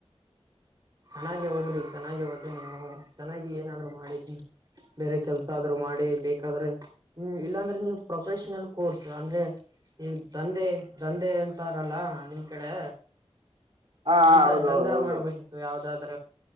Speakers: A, on the right; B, on the right.
A: ಚೆನ್ನಾಗ ಹೋದ್ರಿ ಚೆನ್ನಾಗಿ ಹೋದಿ ನೀವು ಚೆನ್ನಾಗಿ ಏನಾದ್ರು ಮಾಡಿದಿ ಬೇರೆ ಕೆಲ್ಸ ಆದ್ರು ಮಾಡಿ ಬೇಕಾದ್ರೆ ಇಲ್ಲಾಂದ್ರೆ ನೀವು ಪ್ರೊಫೆಷನಲ್ ಕೋರ್ಸ್ ಅಂದ್ರೆ ನೀನ್ ದಂಧೆ ದಂಧೆ ಅಂತಾರಲ್ಲ ನಿನ್ ಕಡೆ
B: ಹಾ
A: ಅಂತ
B: ಹೌದು
A: ದಂಧ
B: ಹೌದು
A: ಮಾಡ್ಬೇಕಿತ್ತು ಯಾವ್ದ ದ